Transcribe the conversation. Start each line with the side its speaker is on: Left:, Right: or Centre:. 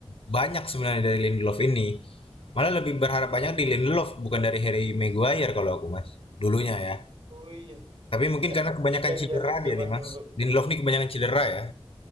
Left: banyak sebenarnya dari Lindelof ini. Malah lebih berharap banyak di Lindelof bukan dari Harry Maguire kalau aku, Mas. Dulunya ya.
Right: Oh iya,
Left: Tapi mungkin
Right: Eh,
Left: karena kebanyakan
Right: yang
Left: cedera
Right: zaman-zaman
Left: dia nih, Mas.
Right: dulu.
Left: Lindelof nih kebanyakan cedera ya.